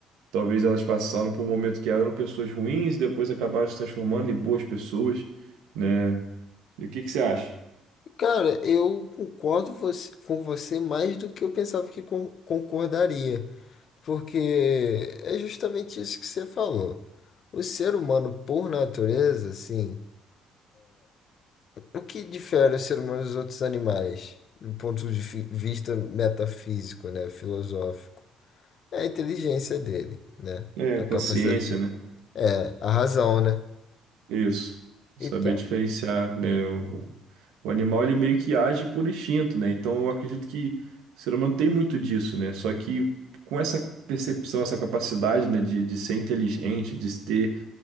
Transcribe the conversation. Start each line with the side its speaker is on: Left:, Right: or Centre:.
Right: Talvez elas passaram por um momento que eram pessoas ruins e depois acabaram se transformando em boas pessoas, né? E o que que você acha?
Left: Cara, eu concordo você- com você mais do que eu pensava que con- concordaria, porque é justamente isso que você falou. O ser humano, por natureza, assim, o que difere o ser humano dos outros animais, do ponto de fi- vista metafísico, né, filosófico, é a inteligência dele, né?
Right: É,
Left: A
Right: consciência,
Left: capacidade de...
Right: né?
Left: É, a razão, né?
Right: Isso. Saber
Left: Então,
Right: diferenciar, né? O, o animal, ele meio que age por instinto, né? Então, eu acredito que o ser humano tem muito disso, né? Só que com essa percepção, essa capacidade, né? De, de ser inteligente, de ter,